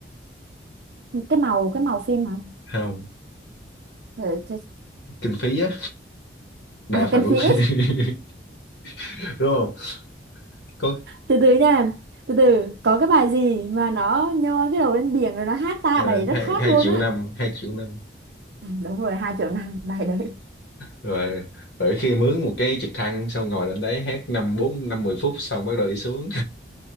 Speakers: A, on the right (about 65°); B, on the left (about 70°).
A: ờ, cái màu cái màu phim hả?
B: không
A: Ừ,
B: kinh phí á đa
A: À
B: phần
A: Cần
B: lúc
A: Phí
B: <laughs>
A: ít
B: đúng không có
A: Từ từ nha Từ từ Có cái bài gì mà nó nhô cái đầu lên biển rồi nó hát ta
B: Ờ,
A: Bài đấy
B: hai
A: rất hot
B: hai
A: luôn
B: triệu
A: á
B: năm hai triệu năm
A: Đúng rồi 2 triệu năm bài đấy
B: rồi rồi khi mướn một cái trực thăng xong ngồi lên đấy hát năm bốn năm mười phút xong bắt đầu đi xuống